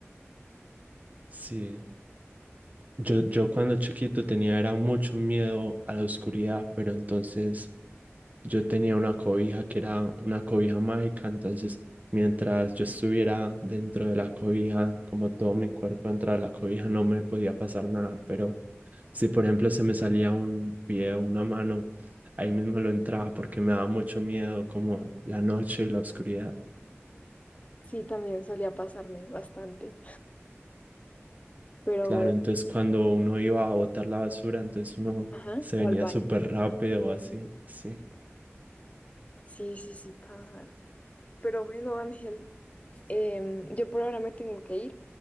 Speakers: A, on the right (about 35°); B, on the left (about 30°).
A: Sí, yo, yo cuando chiquito tenía era mucho miedo a la oscuridad, pero entonces Yo tenía una cobija que era una cobija mágica, entonces mientras yo estuviera dentro de la cobija, como todo mi cuerpo dentro de la cobija, no me podía pasar nada, pero si por ejemplo se me salía un pie o una mano, ahí mismo lo entraba porque me daba mucho miedo como la noche y la oscuridad.
B: Sí, también solía pasarme bastante, pero
A: Claro,
B: bueno,
A: entonces cuando uno iba a botar la basura, entonces uno
B: ajá,
A: se
B: o
A: venía
B: al baño.
A: súper rápido así, sí.
B: Sí, sí, sí pasa. Pero bueno, Ángel, em, yo por ahora me tengo que ir,